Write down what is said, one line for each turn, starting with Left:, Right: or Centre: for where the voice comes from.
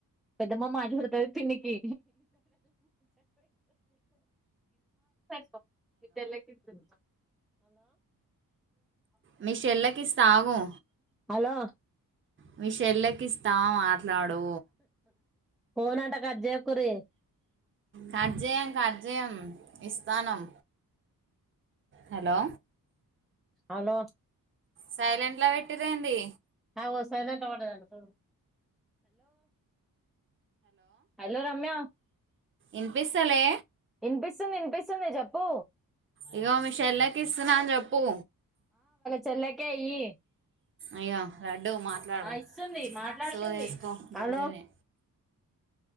Centre: పెద్దమ్మ మాట్లాడ్తది పిన్నికీ హలో!
Right: మీ చెల్లెకి ఇస్తా ఆగు
Centre: హలో
Right: మీ చెల్లకిస్తా మాట్లాడూ
Centre: ఫోన్ అంట కట్ చేయకుర్రి
Right: కట్జయం కట్జయం. ఇస్తానం. హలో!
Centre: అలో
Right: సైలెంట్ల పెట్టింరెంది.
Centre: హలో! హలో రమ్యా
Right: ఇన్పిస్తాలే
Centre: ఇన్పిస్తుంది ఇన్పిస్తుంది చెప్పు
Right: ఇగో మీ చెల్లకిస్తున్నా అన్ చెప్పు
Centre: చెల్లకే ఈ
Right: అయ్యో లడ్డు మాట్లాడు
Centre: ఆ ఇస్తుంది మాట్లాడుతుంది.
Right: సో తీసుకో జల్జల్ని
Centre: హలో